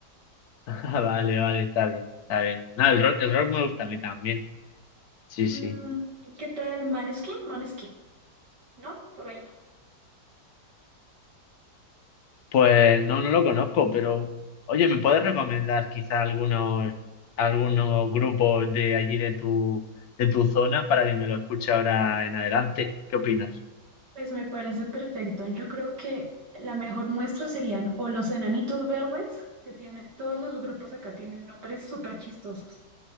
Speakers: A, on the left; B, on the right.
A: Ah, vale, vale, está bien, está bien. No, el rock, el rock me gusta a mí también. Sí,
B: Mm,
A: sí.
B: ¿qué tal Maneskin? Maneskin, ¿no? Por ahí.
A: Pues no, no lo conozco, pero oye, ¿me puedes recomendar quizá algunos, algunos grupos de allí de tu, de tu zona para que me lo escuche ahora en adelante? ¿Qué opinas?
B: Pues me parece perfecto. Yo creo que la mejor muestra serían o los enanitos verdes, que tienen, todos los grupos acá tienen nombres súper chistosos.